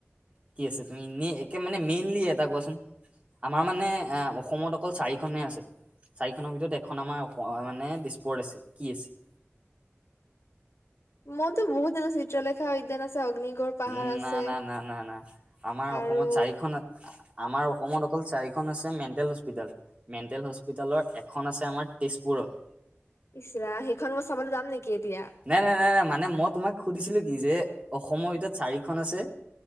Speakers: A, on the right; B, on the left.
A: কি আছে, তুমি একে মানে, মেইনলি এটা কোৱাচোন। আমাৰ মানে, এ অসমত অকল চাৰিখনে আছে। চাৰিখনৰ ভিতৰত এখন আমাৰ অ মানে তেজপুৰত আছে। কি আছে? <inaudible>
B: মোৰতো বহু দিন চিত্ৰলেখা উদ্যান আছে অগ্নিগড় পাহাৰ
A: উম,
B: আছে
A: ন না না না না আমাৰ
B: আৰু
A: অসমত চাৰিখন আমাৰ অসমত অকল চাৰিখন হৈছে মেণ্টেল হস্পিতেল, মেণ্টেল হস্পিতেলৰ এখন আছে আমাৰ তেজপুৰ ঘৰত
B: ইচৰা, সেইখন মই চাবলৈ যাম নেকি এতিয়া।
A: নাই নাই নাই নাই মানে মই তোমাক সুধিছিলোঁ কি, যে অসমৰ এতিয়া চাৰিখন আছে,